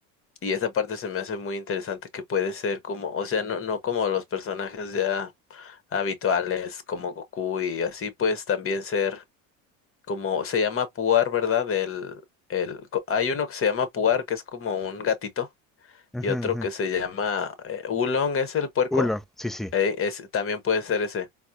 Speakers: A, on the left; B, in the centre.
A: Y esa parte se me hace muy interesante que puede ser como, o sea, no, no como los personajes ya habituales como Goku y así, pues también ser como, se llama Puar, ¿verdad? El, el, co- hay uno que se llama Puar, que es como un gatito,
B: Ujú,
A: y otro
B: ujú.
A: que se llama eh, Oolong, es el puerco,
B: Uno, sí, sí.
A: eh, es, también puede ser ese.